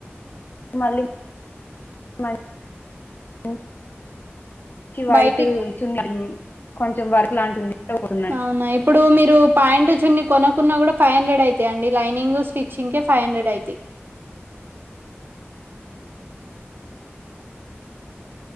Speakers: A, on the left; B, on the right.
A: మళ్ళీ <unintelligible> మాల <unintelligible> కి వైట్
B: బయటికి
A: చున్నీ కొంచెం వర్క్ లాంటి ఉంది కూన్నాడు
B: అవునా ఇప్పుడు మీరు పాయింట్ చున్ని కొనుక్కున్నా కూడా ఫైవ్ హండ్రెడ్ అయితాయి అండి లైనింగ్ స్టిచ్చింగ్ కే ఫైవ్ హండ్రెడ్ ఐతయ్